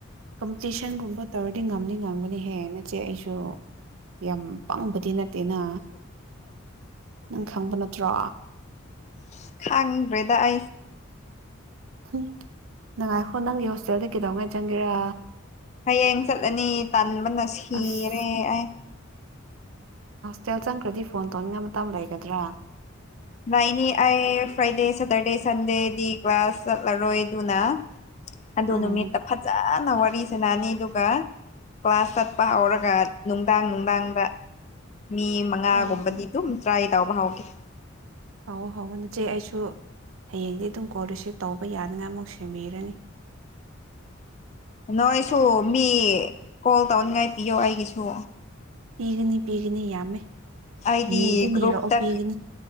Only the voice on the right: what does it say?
ꯀꯝꯄꯤꯇꯤꯁꯟꯒꯨꯝꯕ ꯇꯧꯔꯗꯤ ꯉꯝꯅꯤ ꯉꯝꯒꯅꯤ ꯍꯦ ꯅꯆꯦ ꯑꯩꯁꯨ ꯌꯥꯝ ꯄꯪꯕꯗꯤ ꯅꯠꯇꯦꯅ ꯅꯪ ꯈꯪꯕ ꯅꯠꯇ꯭ꯔꯣ
ꯎꯝ ꯅꯪꯉꯥꯏꯈꯣ ꯅꯪꯒꯤ ꯍꯣꯁꯇꯦꯜꯗ ꯀꯩꯗꯧꯉꯩ ꯆꯪꯒꯦꯔꯥ
ꯑꯁ
ꯇꯦꯜ ꯆꯪꯈ꯭ꯔꯗꯤ ꯐꯣꯟ ꯇꯧꯅꯤꯡꯉꯥꯏ ꯃꯇꯝ ꯂꯩꯒꯗ꯭ꯔꯥ
ꯑꯣ
ꯑꯣ ꯑꯣ
ꯍꯧꯋꯣ ꯍꯧꯋꯣ ꯅꯆꯦ ꯑꯩꯁꯨ ꯍꯌꯦꯡꯗꯤ ꯑꯗꯨꯝ ꯀꯣꯜ ꯔꯤꯁꯤꯞ ꯇꯧꯕ ꯌꯥꯅꯉꯥꯏ ꯑꯃꯨꯛ ꯁꯦꯝꯕꯤꯔꯅꯤ
ꯄꯤꯒꯅꯤ ꯄꯤꯒꯅꯤ ꯌꯥꯝꯃꯦ
ꯅꯤꯗ ꯅꯤꯔꯛꯑꯣ
ꯄꯤꯒꯅꯤ